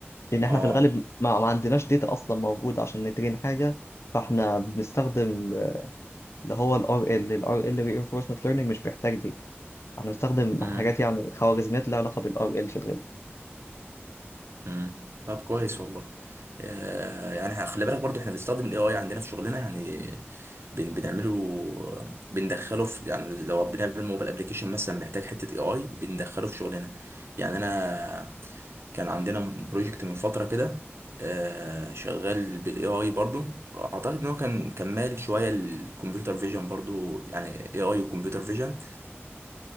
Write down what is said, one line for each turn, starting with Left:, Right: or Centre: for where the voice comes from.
Left: لأن احنا
Right: اه
Left: في الغالب ما ما عندناش ديتا أصلا موجودة عشان نترين حاجة فاحنا بنستخدم آه، اللي هو الار ال RL ال RL Reinforcement Learning مش بيحتاج ديتا احنا بنستخدم
Right: مم.
Left: حاجات يعني خوارزميات لها علاقة بال RL في الغالب
Right: مم. طب كويس والله آه يعني خلي بالك برضو احنا بنستخدم الاي اي عندنا في شغلنا يعني بن بنعمله بندخله في يعني لو بنعمل موبايل ابلكيشن مثلا محتاج حته اي اي بندخله في شغلنا يعني انا كان عندنا بروجكت من فتره كده آه شغال بالاي اي برضو اعتقد ان هو كان كمال شويه الكمبيوتر فيجن برضو يعني اي اي وكمبيوتر فيجن